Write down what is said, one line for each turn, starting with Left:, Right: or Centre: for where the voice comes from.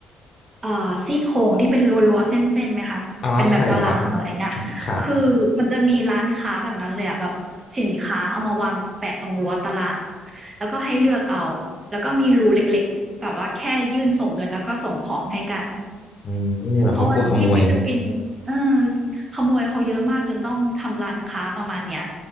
Right: เอ่อซี่โครงที่เป็นรั้วรั้วเส้นๆไหมคะเป็นแบบตารางอะไรเงี้ย
Left: อ๋อเคยครับ <coughs> ครับ
Right: คือมันจะมีร้านค้าแบบนั้นเลยอะแบบสินค้าเอามาวางแปะตรงรั้วตารางแล้วก็ให้เลือกเอาแล้วก็มีรูเล็กๆแบบว่าแค่ยื่นส่งเงินแล้วก็ส่งของให้กัน
Left: อืมแบบเขากลัวขโมย
Right: เพราะว่าที่ฟิลิปปินส์เออขโมยเขาเยอะมากจนต้องทำร้านค้าประมาณเนี้ย